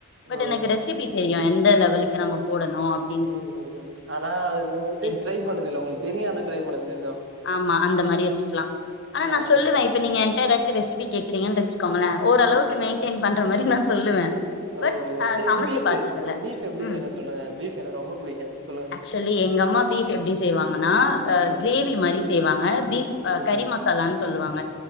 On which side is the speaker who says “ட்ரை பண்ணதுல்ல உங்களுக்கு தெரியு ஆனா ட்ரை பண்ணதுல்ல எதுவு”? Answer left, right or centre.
Right